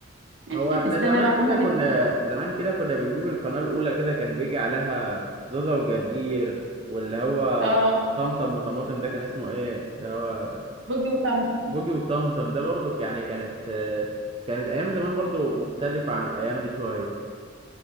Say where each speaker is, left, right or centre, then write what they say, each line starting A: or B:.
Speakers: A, on the right; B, on the right.
A: <laughs>
B: هو احنا
A: استنى
B: زمان
A: بقى محمد
B: كده كنا زمان كده كنا بنجيب القناة الأولى كده كان بيجي عليها زازا والجرجير واللي هو
A: اه
B: طمطم وطماطم ده كان اسمه ايه اللي هو
A: بوجي وطمطم
B: بوجي وطمطم ده برضو يعني كانت كانت أيام زمان برضو مختلفة عن الأيام دي شوية